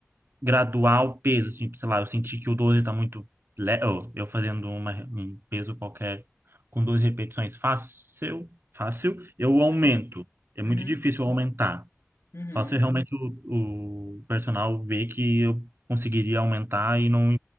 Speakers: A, on the right; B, on the left.
A: graduar o peso, assim, tipo, sei lá, eu senti que o 12 tá muito leve, eu eu fazendo uma, um peso qualquer com 12 repetições fácil, fácil, eu aumento.
B: Uhum,
A: É
B: uhum,
A: muito difícil eu aumentar.
B: uhum.
A: Só se realmente o, o personal ver que eu conseguiria aumentar e não